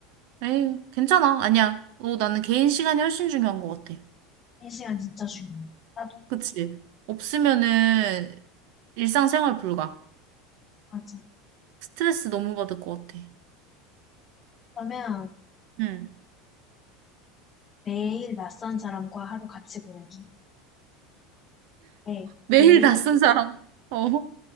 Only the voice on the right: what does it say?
에이 괜찮아 아니야 어, 나는 개인 시간이 훨씬 중요한 것 같아
그치 없으면은 일상생활 불가
스트레스 너무 받을 것 같아
응
매일
낯선 사람 <laughs> 어